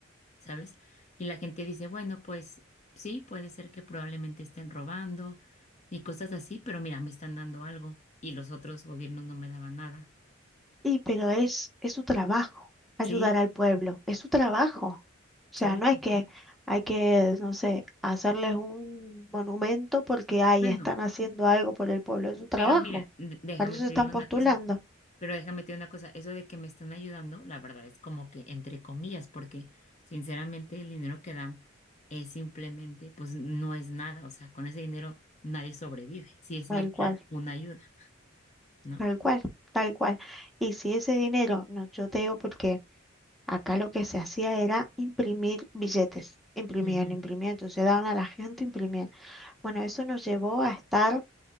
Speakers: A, on the left; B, in the centre.
A: ¿sabes? Y la gente dice, bueno, pues sí, puede ser que probablemente estén robando y cosas así, pero mira, me están dando algo y los otros gobiernos no me daban nada.
B: Y pero es, es su trabajo ayudar
A: Sí,
B: al pueblo, es su trabajo. O
A: sí,
B: sea, no es
A: sí.
B: que
A: sí.
B: hay que, no sé, hacerles un monumento porque ahí
A: Bueno.
B: están haciendo algo por el pueblo, es su trabajo.
A: Pero mira, d- déjame
B: Para eso
A: te
B: se están
A: digo
B: postulando,
A: una cosa, pero déjame te digo una cosa, eso de que me están ayudando, la verdad es como que entre comillas, porque sinceramente el dinero que dan es simplemente, pues no es nada, o sea, con ese dinero nadie sobrevive, si es
B: tal
A: literal
B: cual,
A: una ayuda, ¿no?
B: tal cual, tal cual. Y si ese dinero, no, yo te digo porque acá lo que se hacía era imprimir billetes, imprimían,
A: Ujú.
B: imprimían, entonces daban a la gente, imprimían. Bueno, eso nos llevó a estar